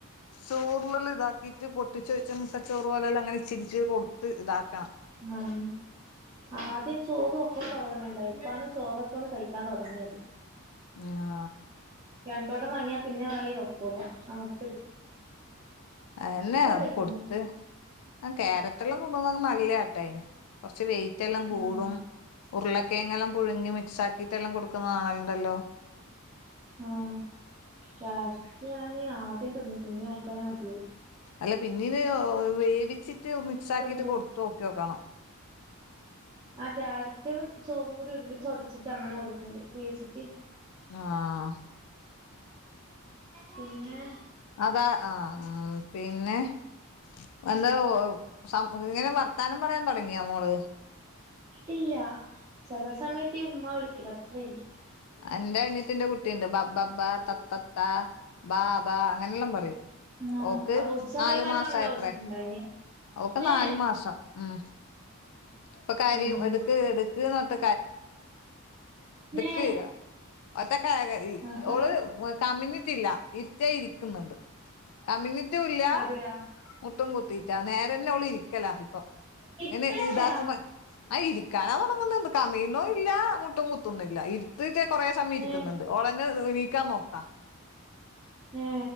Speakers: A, on the left; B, on the right.
A: ചോറിലെല്ലം ഇതാക്കിയിട്ട് പൊട്ടിച്ച് വെച്ച മുട്ടച്ചോറ് പോലെല്ലാം അങ്ങനെ ഇച്ചിരിച്ച് കൊടുത്ത് താക്കണം
B: ഉം ആദ്യം ചോറും ഒക്കെ കോ റവന്നണ്ടയി ഇപ്പാണ് ചോറൊക്കെ ഒന്ന് കയിക്കാൻ തുടങ്ങിയത്.
A: ഉം, ആ
B: രണ്ടോട്ടം വാങ്ങിയാ പിന്നെ വായി നോക്കൂല അമുക്ക്
A: അഎന്നെ
B: ഇപ്പൊ കഴിക്കുന്നുണ്ട്
A: കൊടുത്ത് അ ക്യാരറ്റെല്ലം തിന്നിന്നത് നല്ല ആട്ടായിന് കൊറച്ച് വെയിറ്റ് എല്ലാം കൂടും
B: ആഹ്
A: ഉരുളക്കേങ്ങല്ലാം പുഴുങ്ങി മിക്സാക്കിട്ട്ല്ലാം കൊടുക്കുന്നതാണലുണ്ടല്ലോ
B: ആഹ് ക്യാരറ്റ് വാങ്ങി ആദ്യം തിന്ന് പിന്നെ ഓക്കെന്നെ മതിയായി
A: അല്ല പിന്നീന് വേവിച്ചിട്ട് മിക്സ് ആക്കിട്ട്
B: ഒന്നുകൂടി
A: കൊടുത്തു നോക്കിയോക്കണം
B: ആഹ് ക്യാരറ്റും ചോറും കൂടി ഒരുമിച്ച് ഉടച്ചിട്ട് അങ്ങനെ കൊടുക്കല് വേച്ചിട്ട്
A: ആഹ്
B: പിന്നെ
A: അതാ ആഹ് അ ഉം പിന്നെ വന്നോ സം ഇങ്ങനെ വർത്താനം പറയാൻ തുടങ്ങിയാ മോള്
B: ഇല്ല ചെല സമയത്ത് ഈ ഉമ്മ വിളിക്കല് അത്രേ <unintelligible>
A: എന്റെ അനിയത്തിന്റെ കുട്ടിയുണ്ട് ബബ്ബബ്ബ തത്തത്ത ബാബ അങ്ങനെയല്ലാം പറയും
B: ആ
A: ഓക്ക്
B: അത് ഒരു സമയത്തായിട്ട്
A: നാലു മാസം
B: അങ്ങനെ
A: എത്ര
B: വിളിച്ചിട്ടുണ്ടായിനി
A: ഓക്ക് നാലു
B: ഏ
A: മാസം ഉം, ഇപ്പൊ കരിയും
B: ആ
A: എടുക്ക് എട്
B: ഏ
A: <unintelligible> <unintelligible>
B: ആഹാ
A: ഓള് കമ്ഞ്ഞിട്ടില്ല ഇര്തിയ ഇര്ക് ക്ന്നുണ്ട് കമ്ഞ്ഞിട്ടൂല്യാ
B: അതെയാ
A: മുട്ടും കുത്തീറ്റാ നേരന്നെ ഉള് ഇരിക്കലാ ഇപ്പം
B: ഇരിക്കലായാ
A: എ ന്നെ ഇതാക്കുമ്പോ ആ ഇരിക്കാനാ തുടങ്ങുന്നുണ്ട് കമീന്നോ ഇല്ല മുട്ടും കുത്തുന്നും ഇല്ല ഇര് തീറ്റ കൊറേ സമയം ഇരിക്കുന്ന്ണ്ട്
B: ഏ
A: ഓളന്നെ നീക്കാൻ നോക്കാംആ
B: ഏ